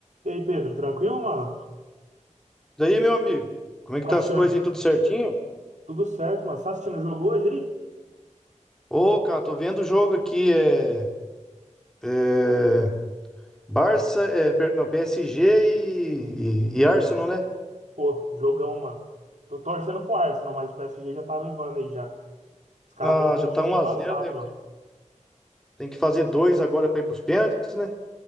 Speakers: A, on the right (about 70°); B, in the centre.
A: E aí, Pedro, tranquilo, mano?
B: Daí, meu amigo, como é
A: Tá
B: que tá
A: assistindo?
B: as coisas aí? Tudo certinho?
A: Tudo certo, mano? Tá assistindo o jogo hoje aí?
B: Ô, cara, tô vendo o jogo aqui, é, é Barça, é, per- não, PSG e, e, e Arsenal, né?
A: Pô, jogão, mano. Tô torcendo pro Arsenal, mas o PSG já tava em vana aí já. Os caras
B: Ah,
A: montou
B: já
A: um
B: tá
A: time
B: um a
A: embaçado,
B: zero né?
A: mano.
B: Tem que fazer dois agora pra ir pros pênaltis, né?